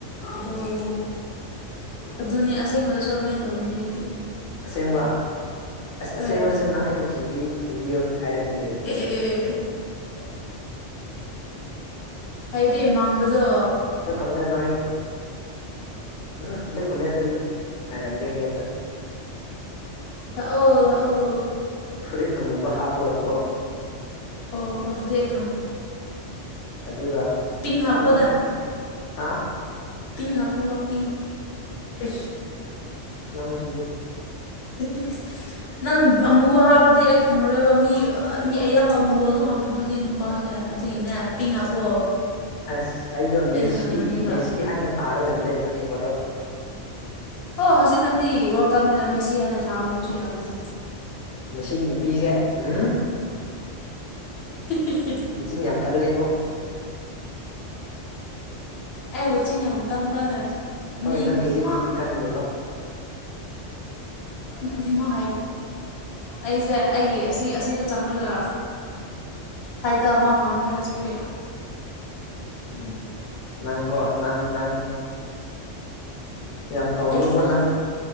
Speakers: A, on the left; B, on the left.
A: ꯑꯣ ꯑꯗꯨꯅꯦ ꯑꯁꯦꯡꯕꯗꯁꯨ ꯑꯗꯨꯃꯥꯏꯅ ꯇꯧꯕꯅꯤ ꯑꯩꯗꯤ
B: ꯑꯁꯦꯡꯕ ꯑꯁ
A: ꯍꯣꯏ
B: ꯑꯁꯦꯡꯕꯗꯁꯨ ꯅꯪ ꯑꯩꯕꯨꯤꯟ ꯊꯤꯟꯕꯤꯌꯨ ꯍꯥꯏꯔꯛꯀꯦ ꯑꯗꯤ
A: ꯑꯦ ꯑꯦ ꯑꯦ ꯑꯦ ꯍꯥꯏꯗꯤ ꯃꯪꯕꯨꯗꯣ
B: ꯀꯕꯤꯗ ꯅꯣꯏ ꯎꯝ ꯅ ꯀꯂꯦꯖꯗ ꯍꯥꯏꯔꯝꯒꯤꯒꯦꯌꯥꯇ
A: ꯊꯥꯛꯑꯣ ꯂꯥꯛꯑꯣ
B: ꯐꯨꯔꯤꯠ ꯑꯃꯨꯕ ꯍꯥꯞꯄꯒꯀꯣ
A: ꯑꯣ ꯑꯗꯨꯗꯤ ꯑꯩ
B: ꯑꯗꯨꯒ
A: ꯇꯤꯡ ꯍꯥꯄꯣꯗ
B: ꯁꯝ ꯍꯥ
A: ꯇꯤꯡ ꯍꯥꯄꯣ ꯇꯤꯡ
B: ꯏ ꯅꯪꯁꯤꯗꯤꯦ
A: <inaudible> ꯅꯪ ꯑꯃꯨꯕ ꯍꯥꯞꯕꯗꯤ ꯑꯩ ꯈꯪꯉꯔꯣꯏꯕ ꯃꯤ ꯃꯤ ꯑꯌꯥꯝꯕ ꯑꯃꯨꯕ ꯑꯗꯨꯝ ꯍꯥꯞꯄꯗꯨꯗꯤ ꯅꯨꯄꯥꯁꯦ ꯍꯥꯏ ꯑꯗꯨꯒꯤꯅꯦ ꯄꯤꯡ ꯍꯥꯄꯣꯑꯣ
B: ꯑꯁ ꯑꯩꯗꯣ ꯃꯦꯁꯤ
A: ꯈꯪꯉꯅꯦꯕ
B: ꯃꯦꯁꯤ ꯍꯥꯏꯅ ꯊꯥꯔꯒꯅ ꯂꯦꯞꯄꯅꯤ ꯋꯥꯔꯧꯅꯨ
A: ꯑꯣ ꯍꯧꯖꯤꯛꯀꯥꯟꯗꯤ ꯋꯥꯔꯜ ꯀꯥꯞꯅꯤꯅ ꯃꯦꯁꯤ ꯍꯥꯏꯅ ꯊꯥꯕ ꯃꯤꯁꯨ ꯌꯥꯝꯃꯅꯤ
B: ꯃꯁꯤꯒꯤ ꯅꯨꯄꯤꯁꯦ ꯎꯝ
A: ꯍꯤ
B: ꯂꯨꯆꯤꯡ ꯌꯥꯝꯀꯥꯟ ꯂꯩꯦ ꯑꯗꯨꯕꯨ
A: ꯑꯩ ꯎꯆꯤ ꯌꯥꯝꯨ ꯀꯝꯕ꯭ꯔꯥꯅꯦ
B: ꯍꯣꯏ
A: ꯃꯤ
B: ꯅꯪꯒꯤ
A: ꯈꯨꯗꯤ
B: ꯆꯤꯟꯗꯨꯗꯤ
A: ꯃ
B: ꯀꯟꯗꯦꯕ
A: ꯃꯤ ꯈꯨ ꯃ ꯑꯩꯁꯦ ꯑꯩ ꯑꯁꯤ ꯑꯁꯤꯗ ꯆꯪꯉꯒ ꯇꯥꯏꯇ ꯑꯃ ꯐꯪꯈ꯭ꯔꯦ ꯍꯧꯖꯤꯛꯇꯤ
B: ꯎꯝ ꯅꯪꯒꯣ ꯅꯪꯪ ꯌꯥꯝ ꯇꯧꯅꯨꯒ
A: ꯑꯩ ꯑꯩ
B: ꯅꯪ